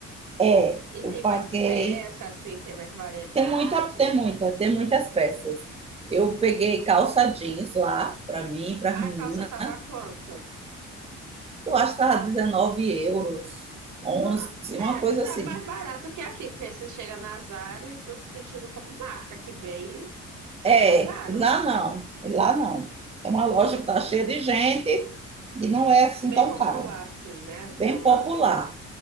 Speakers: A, on the right; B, on the right.
A: é,
B: E
A: eu
B: tem
A: paguei
B: mais peça, assim, tem mais variedade.
A: Tem muita, tem muita, tem muitas peças. Eu peguei calça jeans lá, para mim, para a
B: A
A: menina.
B: calça tava quanto?
A: Eu acho que estava 19 euros, onze
B: Não,
A: uma coisa
B: tá
A: assim.
B: mais barato que aqui, porque você chega na Zara, eles não se sentindo como marca, que bem, que
A: É,
B: é bem caro.
A: lá não, lá não. É uma loja que está cheia de gente e não é assim
B: Bem
A: tão
B: popular,
A: cara.
B: assim, né? Então
A: Bem
B: lá.
A: popular.